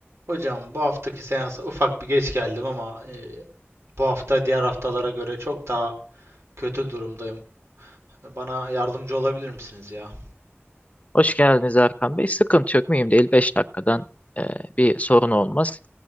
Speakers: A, on the right; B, on the left.
A: Hocam bu haftaki seansa ufak bir geç geldim ama e, bu hafta diğer haftalara göre çok daha kötü durumdayım. Bana yardımcı olabilir misiniz ya?
B: Hoş geldiniz Erkan Bey. Sıkıntı yok, mühim değil. 5 dakikadan e, bir sorun olmaz.